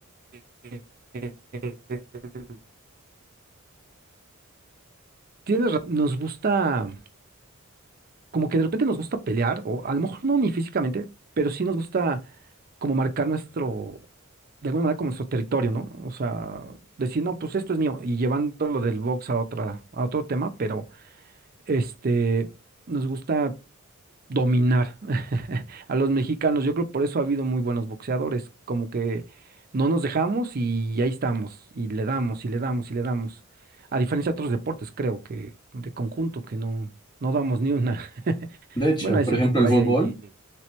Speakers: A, on the right; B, on the left.
A: eh, eh, eh, eh, eh, eh, eh, eh, tienes ra- nos gusta, como que de repente nos gusta pelear, o a lo mejor no ni físicamente, pero sí nos gusta como marcar nuestro, de alguna manera como nuestro territorio, ¿no? O sea, decir, no, pues esto es mío, y llevándolo del box a otra, a otro tema, pero este, nos gusta dominar <laughs> a los mexicanos. Yo creo por eso ha habido muy buenos boxeadores, como que no nos dejamos y ahí estamos, y le damos, y le damos, y le damos. A diferencia de otros deportes, creo que de conjunto, que no, no damos ni una. <laughs>
B: De hecho,
A: Bueno, excepto
B: por ejemplo,
A: por
B: el
A: ahí
B: fútbol,
A: hay